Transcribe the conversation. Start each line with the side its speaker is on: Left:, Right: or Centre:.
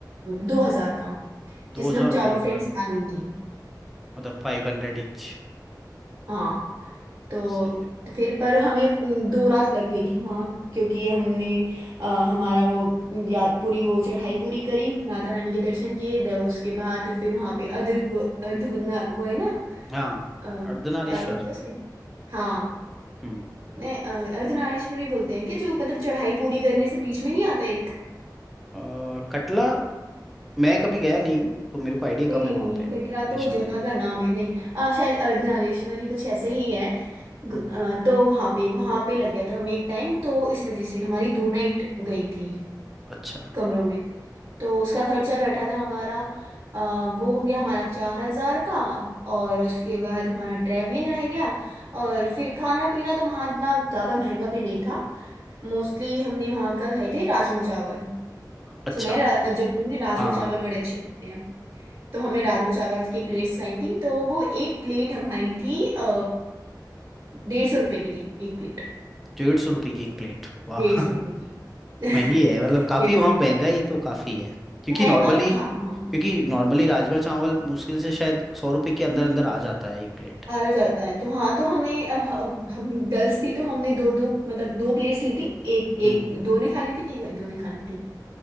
Right: दो हजार का
Centre: दो
Right: जिसमें
Centre: हजार
Right: हम
Centre: रुपये
Right: चारों
Centre: एक
Right: फ्रेंड्स
Centre: रात
Right: आ गई थी
Centre: मतलब फाइव हंड्रेड ईच
Right: हाँ तो
Centre: सही है फिर
Right: फिर पर हमें अम, दो रात लग गई थी वहाँ क्योंकि
Centre: तो।
Right: हमने
Centre: हाँ
Right: अ, हमारा वो याद पूरी वो चढ़ाई पूरी करी माता रानी के दर्शन किए द- उसके बाद फिर वहाँ पे अर्ध अर्ध वो है ना
Centre: हाँ
Right: अ, क्या
Centre: अर्धनारीश्वर
Right: बोलते हैं उसे हाँ
Centre: हम्म
Right: नहीं अ, अर्धनारीश्वरी बोलते हैं कि जो मतलब चढ़ाई पूरी करने से बीच में नहीं आता एक
Centre: अ, कटला मैं कभी गया नहीं हूँ तो मेरे को आइडिया
Right: नहीं
Centre: कम
Right: नहीं
Centre: है
Right: नहीं
Centre: वहाँ
Right: नहीं
Centre: पे
Right: कटरा
Centre: वैष्णो
Right: तो जगह
Centre: देवी
Right: का नाम है नहीं अ, शायद अर्धनारीश्वरी कुछ ऐसे ही है ग-
Centre: हम्म,
Right: अ, तो वहां पे वहां पे लग गया था हमें एक टाइम तो इस वजह से हमारी दो नाइट गई थी
Centre: अच्छा
Right: कमरों में तो उसका खर्चा बैठा था हमारा आ, वो हो गया हमारा चार हजार का और उसके बाद हमारा ट्रैवलिंग रह गया और फिर खाना पीना तो वहाँ इतना ज़्यादा महंगा भी नहीं था मोस्टली हमने वहाँ का खाए थे राजमा चावल
Centre: अच्छा
Right: सुना है रा- जम्मू में राजमा
Centre: हाँ
Right: चावल बड़े अच्छे मिलते हैं तो हमने राजमा चावल की प्लेट्स खाई थी तो वो एक प्लेट हमारी थी आ, डेढ़ सौ रुपये की थी एक प्लेट
Centre: डेढ़ सौ रुपये की एक प्लेट वाह
Right: डेढ़
Centre: <laughs>
Right: सौ रुपये की <laughs>
Centre: महंगी है मतलब काफी
Right: डेढ़
Centre: वहाँ
Right: सौ
Centre: महंगाई तो काफी है क्योंकि
Right: महंगा
Centre: नॉर्मली
Right: तो था
Centre: क्योंकि
Right: हाँ
Centre: नॉर्मली राजमा चावल मुश्किल से शायद सौ रुपए के अंदर अंदर आ जाता है एक प्लेट
Right: हारा जाता है तो हाँ तो हमने अ, ह- हम गर्ल्स थी तो हमने दो दो मतलब दो प्लेट्स ली थी एक
Centre: हम्म
Right: एक दो ने खा ली थी एक दो ने खा ली थी